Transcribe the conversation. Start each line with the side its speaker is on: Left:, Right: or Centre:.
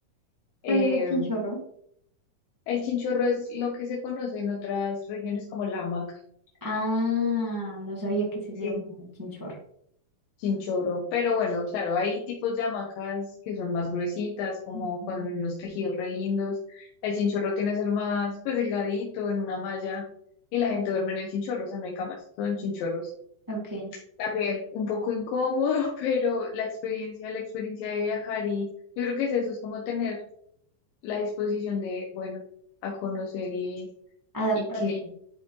Left: Eh,
Right: ¿Cuál es el chinchorro?
Left: el Chinchorro es lo que se conoce en otras regiones como la hamaca,
Right: Ah, no sabía que se
Left: sí,
Right: llamaba chinchorro.
Left: Chinchorro. Pero bueno, claro, hay tipos de hamacas que son más gruesitas, como
Right: Ujú.
Left: con unos tejidos re lindos. El Chinchorro tiene que ser más pues delgadito, en una malla, y la gente duerme en el Chinchorro, o sea, no hay camas, son chinchorros.
Right: Ok,
Left: También un poco incómodo, <laughs> pero la experiencia, la experiencia de viajar y yo creo que es eso, es como tener la disposición de, bueno, a conocer y,
Right: adaptarse.
Left: y que